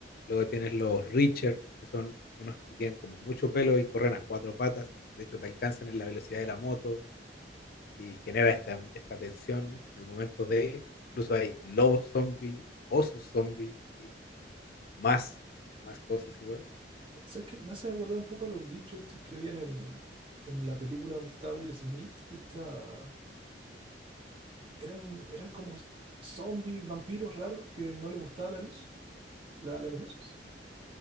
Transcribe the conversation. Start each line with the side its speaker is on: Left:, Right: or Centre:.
Left: Luego tienes los richer, que son unos que tienen como mucho pelo y corren a cuatro patas, de hecho te alcanzan en la velocidad de la moto y genera esta, esta tensión al momento de, incluso hay lobos zombies, osos zombies y más, más cosas igual.
Right: ¿Sabes qué? Me hacen acordar un poco a los bichos estos que habían en, en la película donde estaba Will Smith. Esta... Eran, eran como zombies, vampiros raros que no les gustaba la luz. ¿La, la conoces?